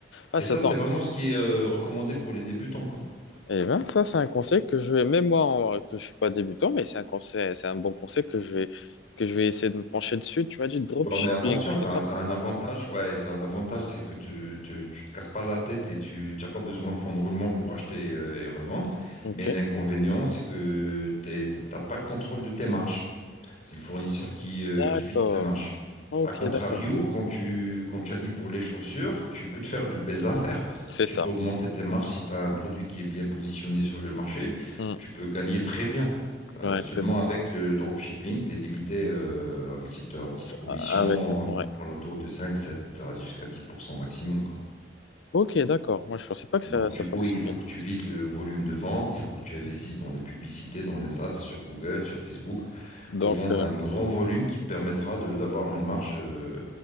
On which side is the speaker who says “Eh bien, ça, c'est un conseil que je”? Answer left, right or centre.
Left